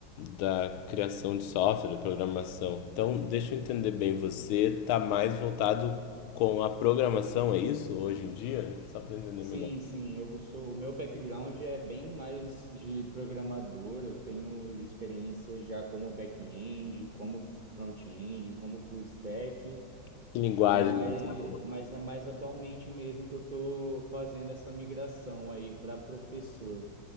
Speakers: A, on the left; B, on the right.
A: da criação de software, da programação. Então, deixa eu entender bem, você está mais voltado com a programação, é isso, hoje em dia? Só para entender
B: Sim,
A: melhor.
B: sim, eu sou, o meu background é bem mais de programador, eu tenho experiência já como back-end, como front-end, como full stack,
A: Que linguagem
B: mas,
A: você usa?
B: mas é mais atualmente mesmo que eu estou fazendo essa migração aí para professor.